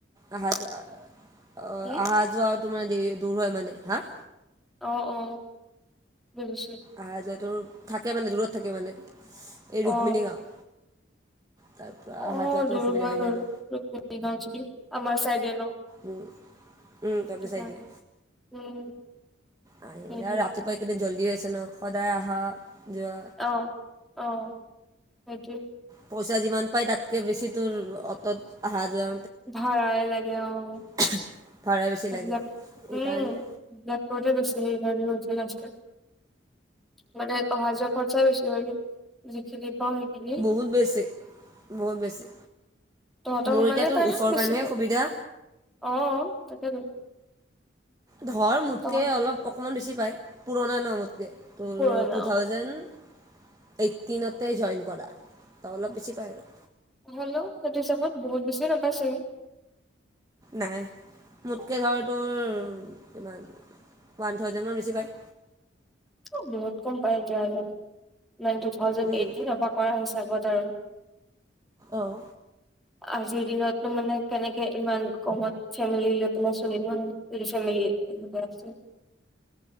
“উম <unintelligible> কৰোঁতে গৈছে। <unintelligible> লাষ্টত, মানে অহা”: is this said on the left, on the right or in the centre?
Centre